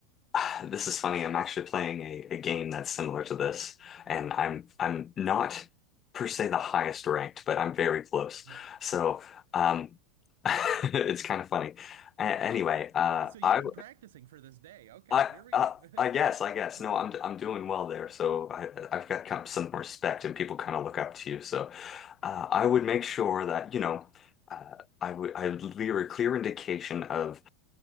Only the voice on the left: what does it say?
<sighs> This is funny. I'm actually playing a, a game that's similar to this, and I'm I'm not per se the highest ranked, but I'm very close.
So um, <laughs> it's kind of funny. A anyway, uh,
I
I
uh,
I guess I guess
no, I'm I'm doing well there. So I I've got kind of some respect, and people kind of look up to you. So uh, I would make sure that you know uh, I would I would leave a clear indication of